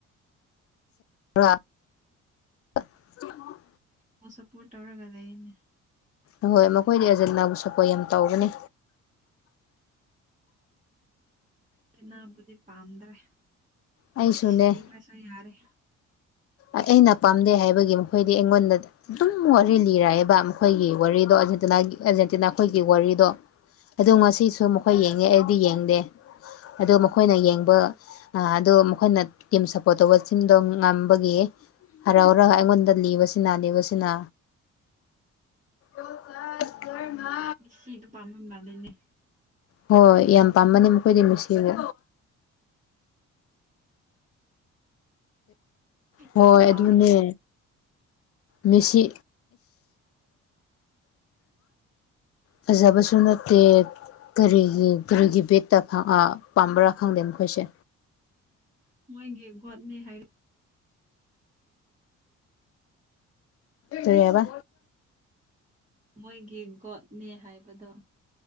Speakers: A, on the left; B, on the right.
A: ꯑ꯫ <unintelligible>
B: ꯑꯣ ꯁꯞꯄꯣꯔ꯭ꯠ ꯇꯧꯔꯒ ꯂꯩꯅꯦ
A: ꯑ ꯫ꯍꯣꯏ ꯃꯈꯣꯏꯗꯤ ꯑꯦꯖꯟꯅꯥꯕꯨ ꯁꯄꫭꯠ ꯌꯥꯝ ꯇꯧꯕꯅꯤ
B: ꯅꯕꯨꯗꯤ ꯄꯥꯝꯗ꯭ꯔꯦ
A: ꯑꯩꯁꯨꯅꯦ
B: ꯁꯤꯈ꯭ꯔꯦꯁꯨꯣ ꯌꯥꯔꯦ
A: ꯑꯩꯅ꯫ ꯄꯥꯝꯗꯦ ꯍꯥꯏꯕꯒꯤ ꯃꯈꯣꯏꯗꯤ ꯑꯩꯉꯣꯟꯗ ꯑꯗꯨꯝ ꯋꯥꯔꯤ ꯂꯤꯔꯑꯦꯕ ꯃꯈꯣꯏꯒꯤ ꯋꯥꯔꯤꯗꯣ ꯑꯖꯦꯟꯤꯒꯤ ꯑꯥꯔꯖꯦꯟꯇꯤꯅꯥ ꯑꯩꯈꯣꯏꯒꯤ ꯋꯥꯔꯤꯗꯣ ꯑꯗꯣ꯫ ꯉꯁꯤꯁꯨ ꯃꯈꯣꯏ ꯌꯦꯡꯉꯦ ꯑꯩꯗꯤ ꯌꯦꯡꯗꯦ ꯑꯗ ꯃꯈꯣꯏꯅ ꯌꯦꯡꯕ ꯑꯗꯣ ꯃꯈꯣꯏꯅ ꯇꯤꯝ ꯁꯄꯣꯔ꯭ꯠ ꯇꯧꯕ ꯁꯤꯡꯗꯣ ꯒꯤ ꯍꯔꯥꯎ ꯍꯔꯒ ꯑꯩꯉꯣꯟꯗ ꯂꯤꯕꯁꯤꯅ ꯂꯤꯕꯁꯤꯅ ꯑꯀꯥꯁ ꯀꯔꯃ
B: ꯁꯤꯗ ꯄꯥꯝ ꯃꯥꯗꯅꯦ
A: ꯍꯣꯏ ꯌꯥꯝ ꯄꯥꯝꯕꯅꯤ ꯃꯈꯣꯏꯗꯤ ꯅꯨꯡꯁꯤꯕ ꯍꯣꯏ
B: ꯌꯥꯝ ꯆꯥꯎꯔꯒ
A: ꯑꯗꯨꯅꯦ ꯃꯦꯁꯤ ꯐꯖꯕꯁꯨ ꯅꯠꯇꯦ ꯀꯔꯤꯒꯤ ꯀꯔꯤꯒꯤ ꯕꯦꯠꯇ ꯄꯥꯝꯕ꯭ꯔꯥ ꯈꯪꯗꯦ ꯃꯈꯣꯏꯁꯦ
B: ꯃꯣꯏ꯫ꯒꯤ ꯒꯣꯠꯅꯦ ꯍꯥꯏꯔ
A: ꯇꯕ
B: ꯃꯣꯏꯒꯤ ꯒꯣꯠꯅꯦ ꯍꯥꯏꯕꯗꯣ